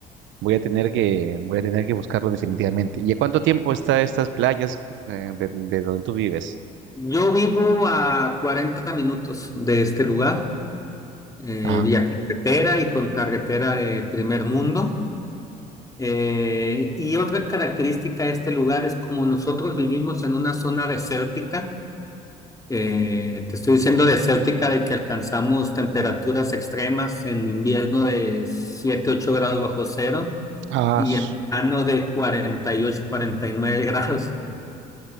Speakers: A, on the right; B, on the left.
A: Voy a tener que, voy a tener que buscarlo definitivamente. ¿Y a cuánto tiempo está estas playas eh, de, de donde tú vives?
B: Yo vivo a 40 minutos de este lugar, eh,
A: Ah,
B: vía carretera y con carretera de primer mundo. Eh, y otra característica de este lugar es como nosotros vivimos en una zona desértica, eh, te estoy diciendo desértica de que alcanzamos temperaturas extremas en invierno de 7 8 grados bajo cero
A: ah,
B: y
A: s-
B: en verano de cuarenta cuarenta y ocho cuarenta y nueve <laughs> grados.